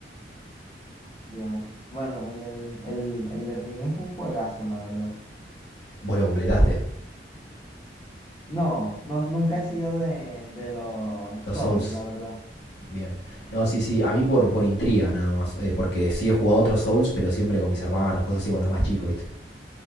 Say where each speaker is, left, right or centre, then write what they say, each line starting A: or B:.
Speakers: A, on the left (about 25°); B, on the left (about 80°).
A: Dios. Bueno, el, el, el, el de Ring es un juegazo, la verdad.
B: Vos lo completaste,
A: No, no, nunca he sido de, de los
B: los
A: Souls,
B: Souls.
A: la verdad.
B: Bien. No, sí, sí, a mí por, por intriga nada más, eh, porque sí he jugado otros Souls, pero siempre con mis hermanos, cosas así cuando era más chico, ¿viste?